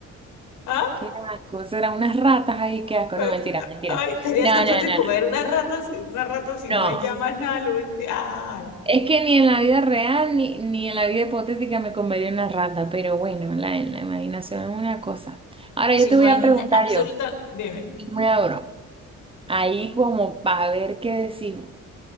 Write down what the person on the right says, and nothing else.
Qué asco, serán unas ratas ahí, qué asco.
No, mentira, mentira.
No,
no,
no,
no.
No.
Es que ni en la vida real ni, ni en la vida hipotética me comería una rata, pero bueno, la, en la imaginación es una cosa. Ahora yo
te
voy
a
preguntar
yo,
una broma, ahí como para ver qué decido.